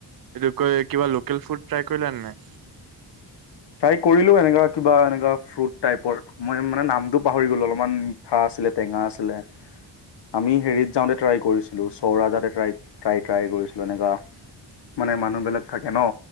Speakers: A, on the right (about 50°); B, on the left (about 65°).
A: এইটো কয় কিবা ল লোকেল ফুড ট্ৰাই কৰিলা নে নাই?
B: ট্ৰাই কৰিলোঁ এনেকা কিবা এনেকুৱা ফ্ৰুট টাইপৰ মই মানে নামটো পাহৰি গ'লো অলপমান আ <unintelligible> টেঙা আছিলে, আমি হেৰিত যাওঁতে ট্ৰাই কৰিছিলোঁ, চৌৰা যাতোই ট্ৰাই ট্ৰাই ট্ৰাই কৰিছিলোঁ এনেকা মানে মানুহবিলাক থাকে ন'।